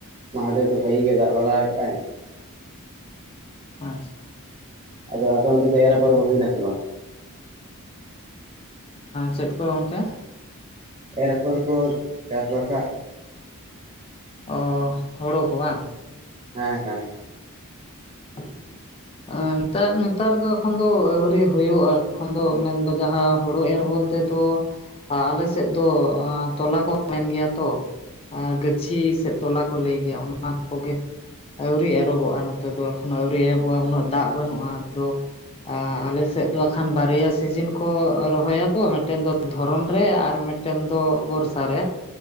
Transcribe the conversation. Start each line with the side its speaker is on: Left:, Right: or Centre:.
Right: ᱢᱟᱫᱷᱮᱨ ᱫᱚ ᱵᱷᱟᱜᱤ ᱜᱮ ᱫᱟᱜ ᱵᱟᱲᱟ ᱠᱟᱜᱼᱟᱭ
Left: ᱟᱪᱪᱷᱟ
Right: ᱟᱫᱚ ᱟᱯᱮ ᱚᱸᱰᱮ ᱫᱚ ᱮᱨ ᱟᱯᱷᱚᱨ ᱠᱚ ᱦᱩᱭ ᱱᱟᱥᱮ ᱵᱟᱝ
Left: ᱪᱮᱫ ᱠᱚ ᱜᱚᱝᱠᱮ
Right: ᱮᱨ ᱟᱯᱷᱚᱨ ᱠᱚ ᱪᱟᱥ ᱵᱟᱥᱟᱜ
Left: ᱚ ᱦᱳᱲᱳ ᱠᱚ ᱵᱟᱝ
Right: ᱦᱮᱸ ᱦᱮᱸ ᱦᱮᱸ
Left: <inaudible> ᱱᱮᱛᱟᱨ ᱱᱮᱛᱟᱨ ᱫᱚ ᱮᱠᱷᱚᱱ ᱫᱚ ᱟᱣᱨᱤ ᱦᱩᱭᱩᱜᱼᱟ, ᱮᱠᱷᱚᱱ ᱫᱚ ᱢᱮᱱᱫᱚ ᱡᱟᱦᱟᱸ ᱦᱩᱲᱩ ᱮᱨ ᱵᱚᱞᱛᱮ ᱛᱚ ᱟᱞᱮ ᱥᱮᱫ ᱫᱚ ᱛᱚᱞᱟ ᱠᱚ ᱢᱮᱱ ᱜᱮᱭᱟ ᱛᱚ ᱟᱨ ᱜᱟᱹᱪᱷᱤ ᱥᱮᱫ ᱛᱚᱞᱟ ᱠᱚ ᱞᱟᱹᱭ ᱜᱮᱭᱟ ᱚᱱᱟ ᱠᱚ ᱠᱚᱜᱮ ᱟᱹᱣᱨᱤ ᱮᱨᱚᱜᱚᱜᱼᱟ ᱱᱚᱛᱮ ᱫᱚ ᱟᱹᱣᱨᱤ ᱮᱦᱚᱵᱚᱼᱟ ᱩᱱᱟᱹᱜ ᱫᱟᱜ ᱵᱟᱹᱱᱩᱜᱼᱟ ᱟᱫᱚ ᱟᱞᱮᱥᱮᱫ ᱫᱚ ᱟᱠᱷᱟᱱ ᱵᱟᱨᱭᱟ ᱥᱤᱡᱤᱱ ᱠᱚ ᱨᱚᱦᱚᱭᱟᱠᱚ ᱢᱤᱫᱴᱮᱱ ᱫᱚ ᱫᱷᱚᱨᱚᱱ ᱨᱮ ᱟᱨ <unintelligible> <unintelligible> ᱫᱚ ᱵᱚᱨᱥᱟ ᱨᱮ